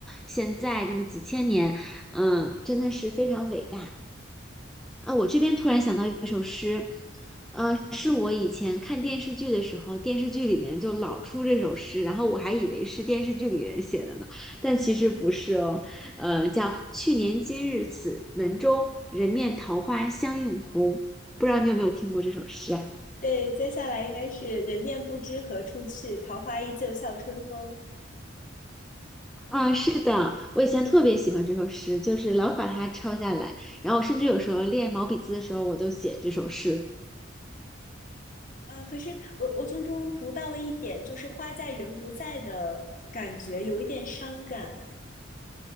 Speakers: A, in the centre; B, on the left.
A: 现在这么几千年，嗯，真的是非常伟大。啊，我这边突然想到一首诗，呃，是我以前看电视剧的时候，电视剧里面就老出这首诗，然后我还以为是电视剧里人写的呢，但其实不是哦，呃，叫去年今日此门中，人面桃花相映红，不知道你有没有听过这首诗啊？
B: 对，接下来应该是“人面不知何处去，桃花依旧笑春风”
A: 啊，是的，我以前特别喜欢这首诗，就是老把它抄下来，然后甚至有时候练毛笔字的时候，我都写这首诗。
B: 啊。可是我我从中读到了一点，就是花在人不在的感觉，有一点伤感。